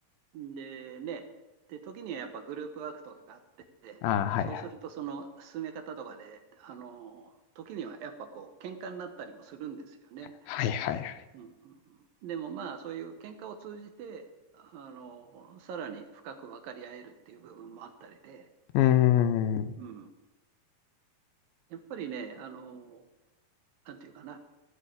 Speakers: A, on the right; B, on the left.
A: で、ね。で、時にはやっぱグループワークとかがあって、
B: ああ、はいはい。
A: そうすると、その進め方とかで、あの、時にはやっぱこう、喧嘩になったりもするんですよね。
B: はいはいはい。
A: うんうんうん、でもまあ、そういう喧嘩を通じて、あの、さらに深く分かり合えるっていう部分もあったりで、
B: うーん。
A: うん。やっぱりね、あの、なんていうかな。